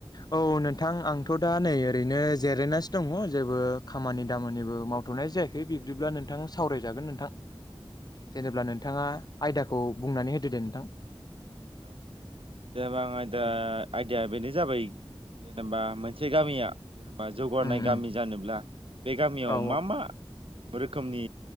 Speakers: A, on the left; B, on the right.
A: औ नोंथां आंथ' दा नै ओरैनो जिरायनासो दङ' जेबो खामानि दामानिबो मावथ थ'नाय जायाखै बिब्दिब्ला नोंथां सावरायजागोन नोंथां। जेनेब्ला
B: औ
A: नोंथाङा
B: औ
A: आयदाखौ बुंनानै होदो दे नोंथां।
B: जेनेबा आं आयदा
A: औ
B: आयदाया बेनो जाबाय जेनेबा मोनसे गामिया जेनेबा जौगानाय
A: उम
B: गामि
A: उम
B: जानोब्ला बे गामियाव
A: औ
B: मा मा रोखोमनि